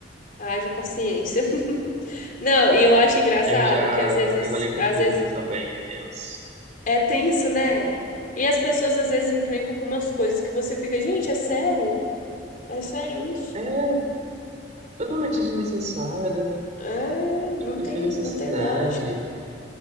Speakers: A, on the left; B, on the right.
A: Haja paciência. <laughs> Não, e eu acho engraçado
B: Eu já
A: que às vezes,
B: trabalhei com
A: às
B: público
A: vezes
B: também, é tenso.
A: é tenso, né? E as pessoas às vezes encrencam com umas coisas que você fica, gente, é sério? É sério isso?
B: É, totalmente desnecessário, né?
A: É, não
B: Tipo,
A: tem,
B: sem necessidade.
A: não tem lógica.